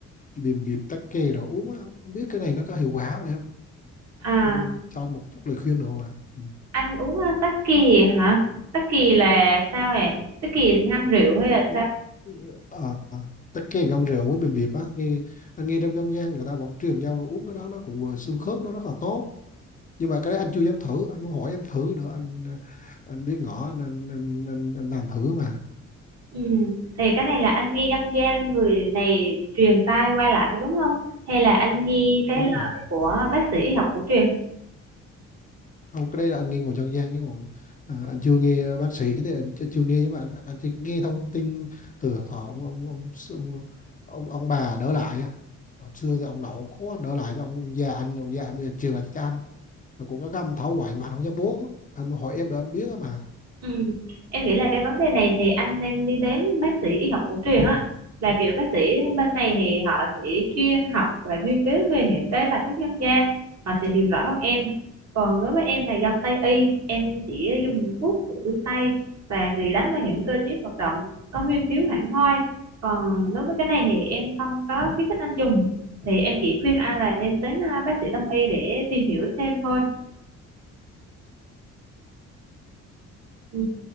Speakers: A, on the left; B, on the right.
A: bìm bịp tắc kè rồi uống á không biết cái này nó có hiệu quả không em
B: à
A: anh cho anh một chút lời khuyên được không ạ Ừ.
B: anh uống ờ, tắc kè hả tắc kè là sao hề tắc kè ngâm rượu hay là
A: Ừ.
B: sao
A: Ờ, tắc kè ngâm rượu với bìm bịp á nghe anh nghe trong dân gian người ta vẫn truyền nhau là uống cái đó nó cũng vừa xương khớp nó rất là tốt nhưng mà cái đấy anh chưa dám thử anh muốn hỏi em thử đỡ anh ờ, anh biết ngỏ anh anh, anh, anh, anh làm thử mà
B: ừ. thì cái này là anh nghi dân gian người này truyền tai qua lại phải đúng không hay là anh nghi cái
A: đúng
B: lời
A: rồi
B: của bác sĩ y học cổ truyền
A: không cái đây là anh nghe ngồi dân gian chứ còn à, anh chưa nghe bác sĩ thì anh chưa, chưa nghe nhưng mà anh anh chỉ nghe thông tin từ họ ông ông ông ông, ông, ông bà đỡ lại á Hồi xưa thì ông nội ông cố anh đỡ lại cho ông già anh ông già anh bây giờ truyền lại cho anh mà cũng có ngâm thấu hoài mà anh không dám uống anh hỏi em để anh biết á mà
B: Ừ. Em nghĩ là cái vấn đề này thì anh nên đi đến bác sĩ y học cổ truyền á là kiểu bác sĩ bên này thì họ sẽ chuyên học và nghiên cứu về những cái bài thuốc dân gian họ sẽ hiểu rõ hơn em còn đối với em là dân Tây y em chỉ dùng thuốc của phương Tây và chỉ đánh vào những cơ chế hoạt động có nghiên cứu hẳn hoi còn đối với cái này thì em không có khuyến khích anh dùng thì em chỉ khuyên anh là nên đến à, bác sĩ đông y để tìm hiểu thêm thôi Ừ,